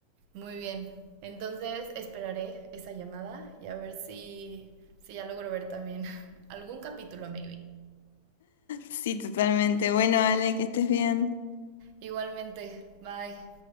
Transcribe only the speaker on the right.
Muy bien. Entonces esperaré esa llamada y a ver si, si ya logro ver también <laughs> algún capítulo, maybe.
Igualmente, bye.